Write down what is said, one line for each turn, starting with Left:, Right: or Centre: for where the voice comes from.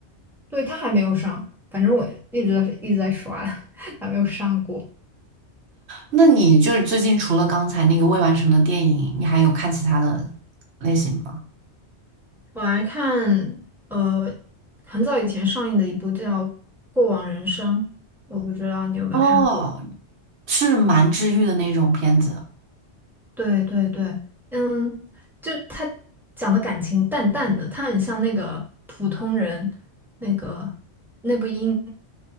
Centre: 对，他还没有上，反正我一直在一直在刷，<laughs> 还没有上过。
Right: 那你就是最近除了刚才那个未完成的电影，你还有看其他的类型吗？
Centre: 我还看呃很早以前上映的一部叫《过往人生》，我不知道你有没有看过。
Right: 哦，是蛮治愈的那种片子。
Centre: 对对对，嗯，就他讲的感情淡淡的，他很像那个普通人那个那部英